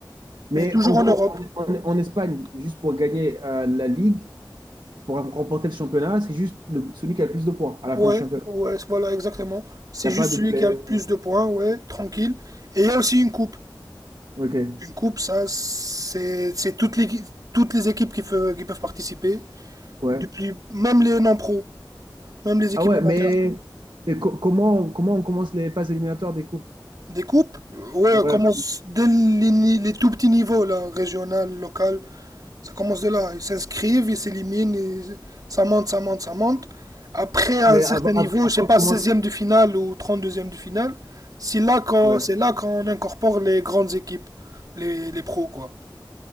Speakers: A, on the right; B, on the right.
A: Mais
B: mais toujours
A: en
B: en
A: gros,
B: Europe.
A: en, en- en Espagne, juste pour gagner euh, la Ligue, pour remporter le championnat, c'est juste le- celui qui a le plus de points à la
B: Ouais,
A: fin du championnat.
B: ouais, voilà, exactement. C'est
A: Il n'y
B: juste
A: a pas de
B: celui
A: play.
B: qui a
A: euh,
B: le plus de points, ouais, tranquille. Et il y a aussi une coupe.
A: Ok,
B: Une coupe, ça, c'est c'est toutes les, toutes les équipes qui, fe- qui peuvent participer,
A: ouais.
B: depuis, même les non-pros. Même les équipes
A: Ah ouais,
B: amateurs.
A: mais, mais co- comment, comment on commence les phases éliminatoires des coupes?
B: Des coupes, euh, ouais,
A: Ouais,
B: commence dès les, ni- les tout petits niveaux, là, régional, local. Ça commence de là. Ils s'inscrivent, ils s'éliminent, et ça monte, ça monte, ça monte. Après, à
A: mais
B: un certain
A: avant,
B: niveau,
A: avant- avant
B: je sais pas,
A: qu'on commence.
B: seizième de finale ou trente deuxième de finale, c'est là qu'on,
A: Ouais.
B: c'est là qu'on incorpore les grandes équipes, les, les pros, quoi.